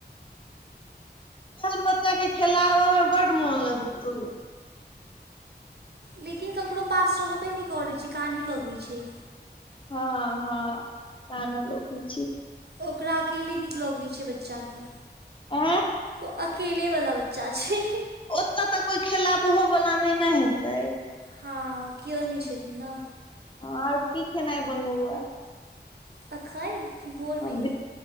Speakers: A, on the left; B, on the right.
A: <unintelligible> बच्चा के खेलाबा मे बड मोन लगतौ
B: लेकिन ककरो पास रहबे नई करैत छै कानहे लगैत छै
A: हँ हँ काना लोगे छैई
B: ओकरा अकेले नीक लगैत छै बच्चाके
A: आ
B: ओ अकेले वाला बच्चा छै
A: ओतऽ तऽ कोई खेलाबहो वला नहि ने हेतै
B: हँ केओ नहि छथिन ने
A: ह आओर की खेनाइ बनलौय?
B: अखनि की भोरमे?
A: हँ दि